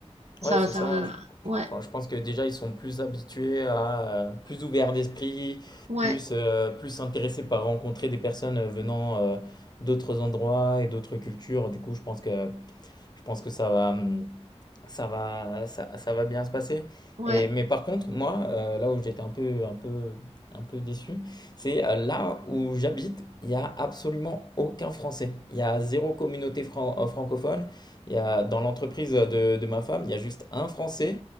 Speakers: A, on the right; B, on the left.
A: Ça,
B: Ouais, c'est
A: ça
B: ça.
A: va,
B: Je,
A: ouais,
B: enfin, je pense que déjà, ils sont plus habitués à, euh, plus ouverts d'esprit,
A: ouais,
B: plus, euh, plus intéressés par rencontrer des personnes euh, venant, euh, d'autres endroits et d'autres cultures. Du coup, je pense que, je pense que ça va, ça va, ça, ça va bien se passer.
A: ouais,
B: Et, mais par contre, moi, euh, là où j'étais un peu, un peu, un peu déçu, c'est euh, là où j'habite, il n'y a absolument aucun Français. Il y a zéro communauté fran- euh, francophone. Il y a, dans l'entreprise de, de ma femme, il y a juste un Français.